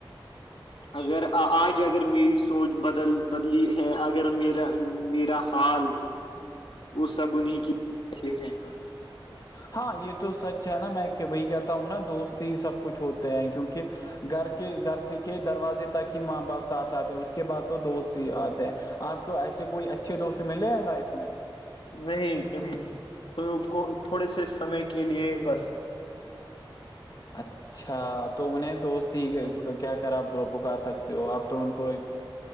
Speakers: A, on the left; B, on the left.
A: اگر آج اگر میری سوچ بدل بدلی ہے اگر میرا میرا حال وہ سب انہیں کی ہیں
B: ہاں یہ تو سچ ہے نا میں کہ وہی کہتا ہوں نا دوست ہی سب کچھ ہوتے ہیں کیونکہ گھر کے گھر کے دروازے تک ہی ماں باپ ساتھ آتے اس کے بعد تو دوست آتے ہیں آپ کو ایسے کوئی اچھے دوست ملے لائف میں
A: نہیں کبھی نہیں تو تھوڑے سے سمے کے لیے بس
B: <inaudible> اچھا تو انہیں دوست ہی کیا کراپ پکار سکتے ہو آپ تو ان کو